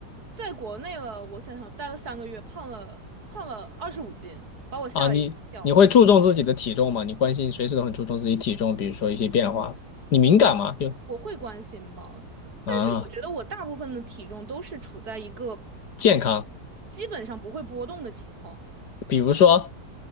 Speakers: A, on the right (about 65°); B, on the left (about 75°).
A: 在国内了，我想想，待了三个月，胖了胖了二十五斤，把我吓了一跳。
B: 啊？你你会注重自己的体重吗？你关心随时都很注重自己体重，比如说一些变化，你敏感吗？
A: 我会
B: 就
A: 我会关心吧，但是我觉得我大部分的体重都是处在一个
B: 啊，健康，
A: 基本上不会波动的情况，
B: 比如说